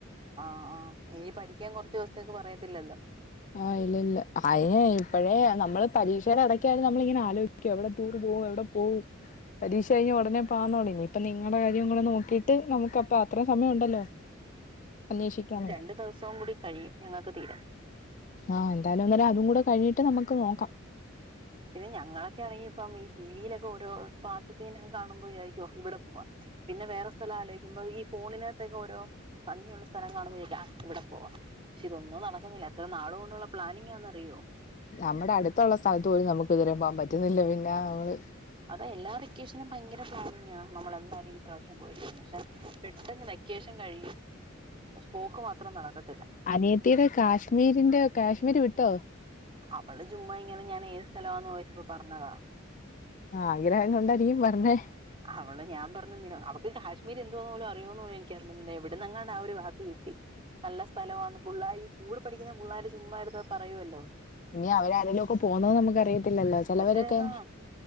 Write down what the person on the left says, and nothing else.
ആഹ് ഇല്ല ഇല്ല അനെ ഇപ്പോഴേ നമ്മള് പരീക്ഷൽടക്കാലും നമ്മള ഇങ്ങനെ ആലോ എവിടെ ടൂർ പോവും എവിടെ പോവും പരീക്ഷ കഴിഞ്ഞു ഉടെനെ പ ഇനി ഇപ്പ നിങ്ങളുടെ കാര്യം കൂടെ നോക്കി ഇട്ട് നമുക്ക് അപ്പ അത്ര യും സമയം ഉണ്ടല്ലോ അന്വേഷിക്കാന്.
ആഹ് എന്തായാലും എന്നാലഅതും കൂടെ കഴിഞ്ഞിട്ട് നമുക്ക് നോക്കാം.
ന്നമ്മുടെ അടുത്തുള്ള സ്ഥലത്ത് പോലും നമുക്ക് ഇതെരേ പോവാം പറ്റുന്നില്ല പിന്നെ അമ്ള്
അനിയത്തീടെ കാശ്മീരിന്റെ കാശ്മീര് വിട്ടോ
ആഗ്രഹം കൊണ്ടാടീ പർഞ്ഞേ
ഞി അവരാരേലും ഒക്കെ പോന്നോ ന്ന് ന്നമുക്ക് അറിയത്തില്ലല്ലോ ചെലവരൊക്കെ